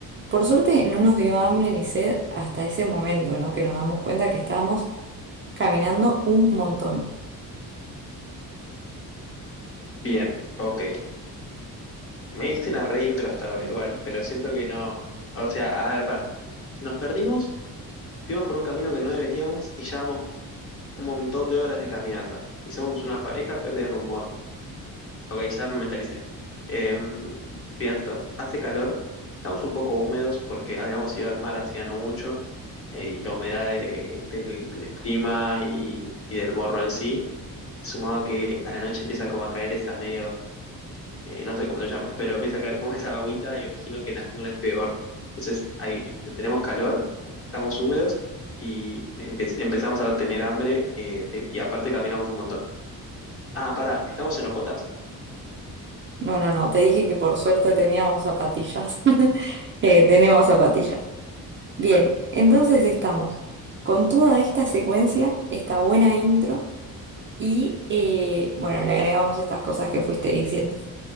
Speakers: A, on the right; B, on the left.
A: Por suerte no nos dio hambre ni sed hasta ese momento, ¿no? Que nos damos cuenta que estábamos caminando un montón.
B: Bien, ok. Me diste una reintro hasta ahora igual, pero siento que no. O sea, a ver, pará. Nos perdimos, fuimos por un camino que no deberíamos y llevamos un montón de horas de caminata. Y somos una pareja perdida en un morro. Ok, ya me mentalicé. Em, pienso, hace calor, estamos un poco húmedos porque habíamos ido al mar hacía no mucho eh, y la humedad de- del, del clima y, y del morro en sí Sumado a que a la noche empieza como a caer esa medio, eh, no sé cómo se llama, pero empieza a caer como <laughs> esa agüita y me imagino que en la jungla es peor. Entonces ahí tenemos calor, estamos húmedos y empe- empezamos a tener hambre eh, te- y aparte caminamos un montón. Ah, pará, ¿estamos en hojotas?
A: No, no, no, te dije que por suerte teníamos zapatillas. <laughs> Eh, tenemos zapatillas. Bien, entonces estamos con toda esta secuencia, esta buena intro. Y eh, bueno, le agregamos estas cosas que fuiste diciendo.